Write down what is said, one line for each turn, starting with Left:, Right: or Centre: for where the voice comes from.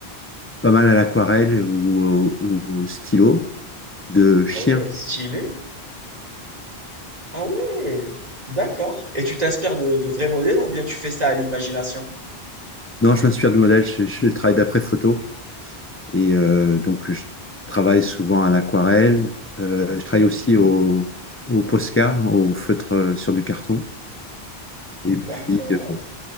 Left: pas mal à l'aquarelle ou, au ou au stylo, de chiens.
Right: Ah ouais. Stylé. Ah ouais. D'accord. Et tu t'inspires de, de vrais modèles ou bien tu fais ça à l'imagination?
Left: Non, je m'inspire du modèle, je, je travaille d'après photo. Et euh, donc, je travaille souvent à l'aquarelle. Euh, je travaille aussi au, au Posca, au feutre euh, sur du carton. Et puis,
Right: D'accord.
Left: euh,